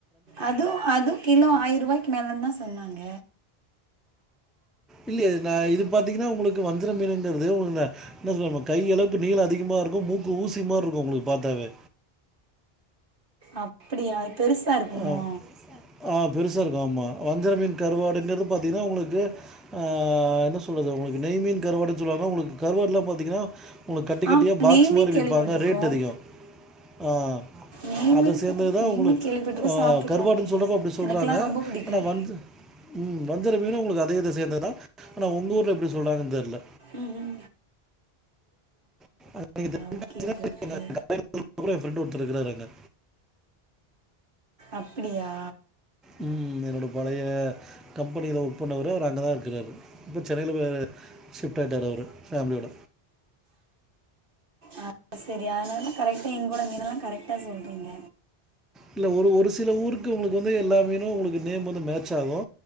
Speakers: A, on the right (about 60°); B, in the centre.
A: அதுவு அதுவு கிலோ ஆயிர ரூவாய்க்கு மேலே தா சொன்னாங்க
B: இல்லையே நா இது பாத்தீங்கன்னா உங்களுக்கு வஞ்சிரோ மீனுங்குறது உள்ள என்ன சொல்ல கை அளவுக்கு நீள அதிகமா இருக்கு மூக்கு ஊசி மாருக்கு ஒங்ளுக்கு பாத்தாவே
A: அப்டியா அது பெருசா இருக்குமோ
B: ஆ, ஆ பெருசா இருக்கு ஆமா வஞ்சர மீன் கருவாடுங்கிறது பாத்தீங்கென்னா ஒங்களுக்கு ஆ என்ன சொல்லறது உங்களுக்கு நெய்மீன் கறுவாடுன்னு சொல்லுவாங்க ஒங்களுக்கு கருவாடுலா பாத்தீங்கென்னா உங்களுக்கு கட்டி
A: ஆமா
B: கட்டியாக பாக்ஸ்
A: நெய் மீன்
B: மாரி
A: கேள்விப்பட்டிருக்கோம்
B: விப்பாங்க ரேட் அதிகோ ஆ
A: நெய்
B: அத
A: மீன்
B: சேந்ததுதா
A: சா- நெய்
B: உங்ளுக்கு
A: மீன் கேள்விப்பட்டிருக்கோம்
B: ஆ
A: சாப்பிட்ருக்கோம்
B: கருவாடுன்னு சொல்றப்ப அப்டி சொல்றாங்க
A: எனக்கெல்லாம் ரொம்ப பிடிக்கும்
B: ஆனா வஞ்ச உம் வஞ்சர மீனு ஒங்களுக்கு அதே இத சேந்ததுதா ஆனா உங்க ஊர்ல எப்டி சொல்றாங்கன்னு தெர்ல
A: உம் உம்
B: <unintelligible> தென்காசில
A: ஓகே ஓகே ஓகே
B: எங்க <unintelligible> என் ஃப்ரெண்டு ஒருத்தரு இருக்காரு அங்க
A: அப்டியா
B: உம் என்னோட பழைய கம்பெனியில ஒர்க் பண்ணவரு அவர் அங்கதா இருக்கிறாரு இப்ப சென்னையில வேவே ஷிப்ட் ஆயிடாறு அவரு ஃபெமிலியோட
A: ஆ செரி ஆனான கரெக்ட்டா இங்குள்ள மீன்னெல்லா கரெக்டா சொல்றீங்க
B: இல்ல ஒரு ஒரு சில ஊருக்கு உங்களுக்கு வந்து எல்லா மீனு ஒங்களுக்கு நேம் வந்து மேட்ச் ஆகு